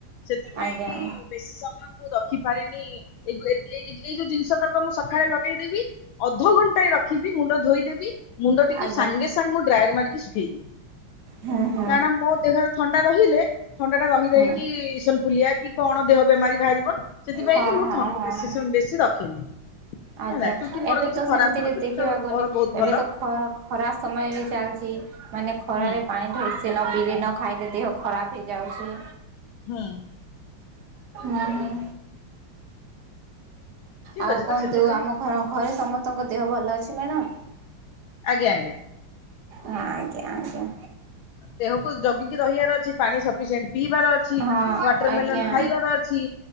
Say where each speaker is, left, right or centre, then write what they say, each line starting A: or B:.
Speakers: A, on the left; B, on the right.
A: ସେଥିପାଇଁ
B: ଆଜ୍ଞା।
A: କି ବେସି ସମୟ ମୁଁ ରଖିପାରିନି ଏଇ ଗୁ ଏଇ ତି ଯୋଉ ଜିନିଷ ତକ ମୁଁ ସକାଳେ ଲଗେଇଦେବି ଅଧ ଧଘଣ୍ଟାଏ ରଖିବି ମୁଣ୍ଡ ଧୋଇଦେବି ମୁଣ୍ଡ ଟିକ ତାକୁ
B: ଆଜ୍ଞା
A: ସାଙ୍ଗେ ସାଙ୍ଗେ ମୁଁ ଡ୍ରାୟାର ମାରିକି ଶୁଖେଇ ଦିଏ
B: ହୁଁ ହୁଁ
A: କାରଣ ମୋ ଦେହରେ ଥଣ୍ଡା ରହିଲେ ଥଣ୍ଡା ଟା ରହି ରହି
B: ହୁଁ
A: କି ଇସନ ଫୁଲିଆ କି କଣ ଦେହ ବେମାରୀ ବାହାରିବ ସେଥିପାଇଁ
B: ହଁ
A: କି ମୁଁ
B: ହଁ
A: ଥଣ୍ଡ
B: ହଁ।
A: ବେଶୀ ସମୟ ବେଶୀ ରଖେନି
B: ଆଜ୍ଞା
A: ହେଲା ଚୁଟି ମୋର
B: ଏବେ
A: କିଛି
B: ତ
A: ଖରାପ
B: ସେମିତିରେ
A: ନୁହଁ ଚୁଟି
B: ଦେଖିବାକୁ
A: ତ
B: ଗଲେ
A: ମୋର ବହୁତ
B: ଏବେ
A: ଭଲ
B: ତ ଖ ଖରା ସମୟ ଏବେ ଚାଲଚି ମାନେ ଖରାରେ
A: ହୁଁ
B: ପାଣି ଢଳିଛି ତିନୋଟି ଦିନ ଖାଇଲେ ଦେହ ଖରାପ ହେଇଯାଉଛି
A: ହୁଁ
B: ନାହିଁ
A: ଠିକ
B: ଆଉ
A: ଅଛି
B: କହନ୍ତୁ
A: ତ ସେଥିପାଇଁ
B: ଆମ ଘର ଘରେ ସମସ୍ତେ ତାଙ୍କ ଦେହ ଭଲ ଅଛି ମାଡ଼ାମ
A: ଆଜ୍ଞା ଆଜ୍ଞା
B: ହଁ ଆଜ୍ଞା ଆଜ୍ଞା
A: ଦେହକୁ ଜଗିକି ରହିବାର ଅଛି ପାଣି ସଫିସିଏଣ୍ଟ ପିଇବାର ଅଛି
B: ହଁ
A: ୱାଟର
B: ଆଜ୍ଞା
A: ମେଲନ ଖାଇବାର ଅଛି